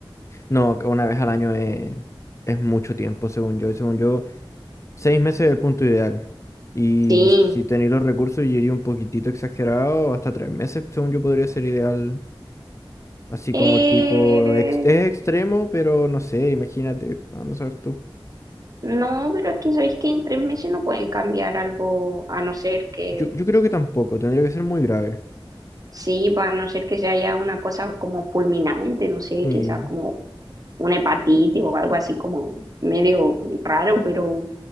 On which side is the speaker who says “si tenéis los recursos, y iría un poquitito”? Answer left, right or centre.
Left